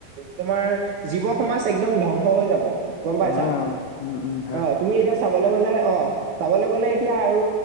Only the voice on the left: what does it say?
হয়, অ', উম, উম, হয়,